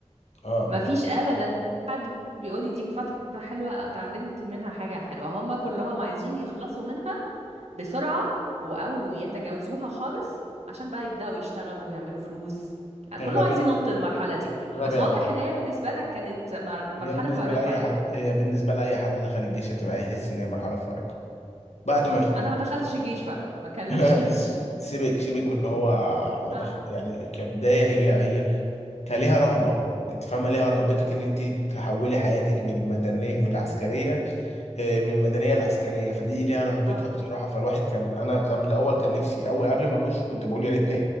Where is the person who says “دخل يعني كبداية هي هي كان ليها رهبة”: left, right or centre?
Left